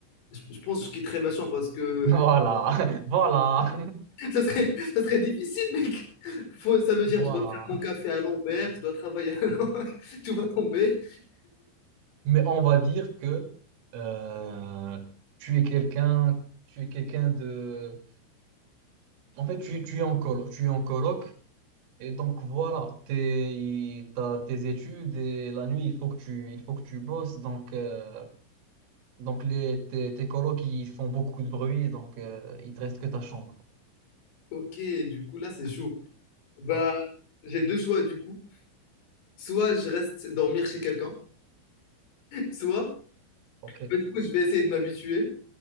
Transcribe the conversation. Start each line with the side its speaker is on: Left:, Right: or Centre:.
Left: Je je pense que je quitterai ma chambre parce que
Right: Voilà, <laughs> voilà,
Left: Ça serait, ça serait difficile, mec. Faut,
Right: <laughs>
Left: ça veut dire
Right: voilà.
Left: que je dois faire mon café à l'envers, je dois travailler à l'envers, <laughs> tout va tomber.
Right: Mais on va dire que euh, tu es quelqu'un, tu es quelqu'un de. En fait, tu, tu es en colo tu es en coloc Et donc voilà, tes, t'as tes études et la nuit, il faut que tu, il faut que tu bosses. Donc, euh, donc les, tes, tes colocs, ils font beaucoup de bruit, donc euh, il te reste que ta chambre.
Left: Ok, du coup, là, c'est chaud. Bah,
Right: Ouais,
Left: j'ai deux choix, du coup. Soit je reste dormir chez quelqu'un, soit,
Right: ok.
Left: bah, du coup, je vais essayer de m'habituer.